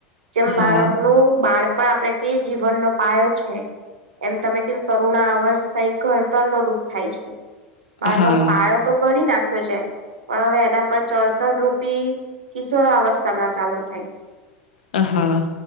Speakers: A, on the right (about 85°); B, on the left (about 80°).
A: જેમ
B: હા,
A: બાળકનું બાળ પણ આપડે ક જીવનનો પાયો છે. એમ તમે કીધું તરુણ અવસ્થા એક ઘડતર ન રૂપ થાય છે. બાળપ
B: હા,
A: પાયો તો ઘડી નાખ્યો છે પણ હવે એના પર ચળતણ રૂપી કિશોરા અવસ્થા માં ચાલુ થાય.
B: હ હા